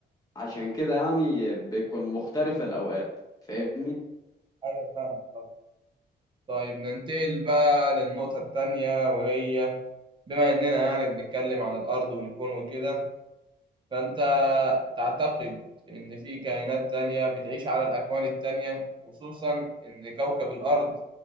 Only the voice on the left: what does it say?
عشان كده يعني بتكون مختلفة الأوقات فاهمني؟